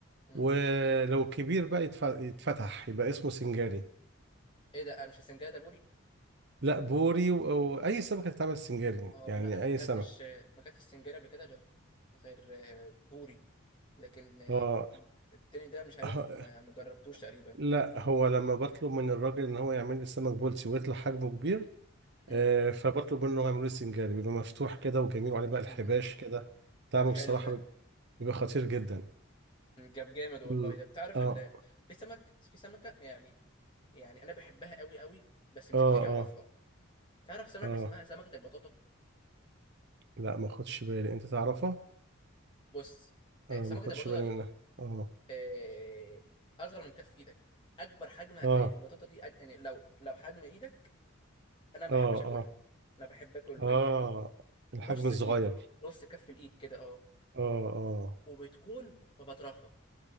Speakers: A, on the left; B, on the right.
A: امم
B: ولو كبير بقى يتف- يتفتح يبقى اسمه سنجاري
A: ايه ده آه، مش السنجاري ده بوري
B: لا بوري و- واي سمكة تتعمل سنجاري
A: اه
B: يعني
A: لا انا
B: اي
A: ما اكلتش
B: سمك
A: آه، ما اكلتش سنجاري قبل كده غير غير آه، بوري لكن آه،
B: اه
A: التاني ده مش عارف
B: آه،
A: ما ما جربتوش تقريبا
B: لا هو لما بطلب من الراجل ان هو يعمل لي السمك بولتي ويطلع حجمه كبير
A: امم
B: آه، فبطلب منه يعمل لي سنجاري بيبقى مفتوح كده وجميل وعليه بقى الحباش
A: امم
B: كده طعمه
A: طب حلو
B: بصراحة
A: ده
B: بيبقى بيبقى خطير جدا
A: مم، جاب جامد والله
B: مم.
A: ده بتعرف
B: اه
A: ال... في سمك في سمكه يعني يعني انا بحبها قوي قوي بس مش
B: اه
A: كتير يعرفها
B: اه
A: تعرف سمكه
B: اه
A: اسمها سمكه البطاطا
B: لا ما خدش بالي انت تعرفها
A: بص
B: آه
A: آه، سمكه
B: ما خدش
A: البطاطا
B: بالي
A: دي
B: منها اه
A: آه، اصغر من كف ايدك اكبر حجم هتلاقيه
B: اه
A: للبطاطا دي أج... يعني لو لو حجم ايدك انا ما
B: اه
A: بحبش اكلها
B: اه
A: انا بحب اكل اللي
B: اه
A: هي ايه
B: الحجم
A: نص
B: الصغير
A: ايد نص كف الايد كده اه
B: اه اه
A: وبتكون مبطرخه